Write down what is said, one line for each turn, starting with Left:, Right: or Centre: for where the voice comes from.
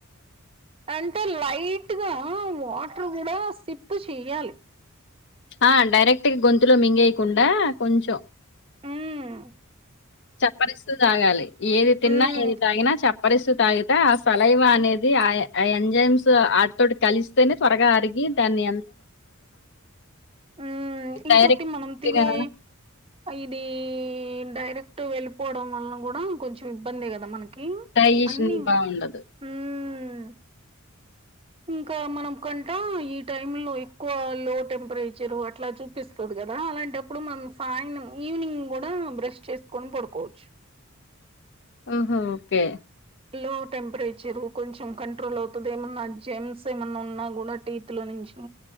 Right: అంటే లైట్ గా వాటర్ కూడా సిప్ చెయాలి
Left: ఆ డైరెక్ట్ గ గొంతులో మింగేయకుండా కొంచెం
Right: హ్మ్
Left: చప్పరిస్తు తాగాలి ఏది తిన్నా
Right: ఉమ్,
Left: ఏది తాగినా చప్ప పరిస్తు తాగితే ఆ సలైవ అనేది ఆ ఎంజైమ్స్ ఆటితోటి కలిసి తేనే త్వరగా అరిగి దాన్ని
Right: ఉమ్, ఇంకోటి
Left: డైరెక్ట్గా
Right: మనం తినే ఇది డైరెక్ట్ గ వెళ్ళిపోవడం వల్లన కూడా కొంచెం ఇబ్బందే కదా మన కి
Left: డైజెషన్
Right: అన్నీ
Left: బాగుండదు
Right: హ్మ్ ఇంకా మనం కంట ఈ టైమ్ లో ఎక్కువ లో టెంపరేచరు అట్లా చూ ప్పిస్తది కదా అలాంటప్పుడు మనం సాయనం ఈవినింగ్ కూడా బ్రష్ చేసుకొని పడుకోవచ్చు
Left: ఓహో ఓకే
Right: లో టెంపరేచర్ కొంచెం కంట్రోల్ అవుతది ఏమన్నా జెమ్స్ ఏమన్నా ఉన్నాగూడ టీ త్ లో నుంచి